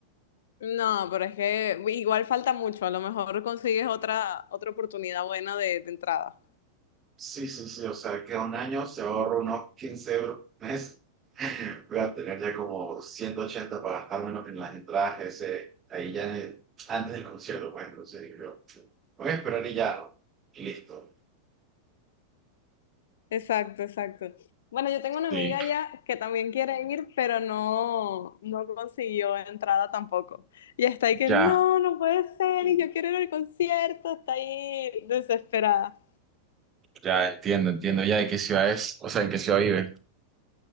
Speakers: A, on the left; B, on the right.
A: No, pero es que igual falta mucho, a lo mejor consigues otra, otra oportunidad buena de de entrada.
B: Sí, sí, sí, o sea, que un año se ahorra unos 15 euros por mes. <laughs> Voy a tener ya como 180 para gastarme en en las entradas, ese, ahí ya en el- antes del concierto, pues entonces digo, yo, voy a esperar y ya, ¿no? y listo.
A: Exacto, exacto. Bueno, yo tengo una
B: Sí,
A: amiga ya que también quiere ir, pero no, no consiguió entrada tampoco. Y está ahí que
B: ya,
A: no, no puede ser, y yo quiero ir al concierto, está ahí desesperada.
B: ya entiendo, entiendo ya de qué ciudad es, o sea, en qué ciudad vive.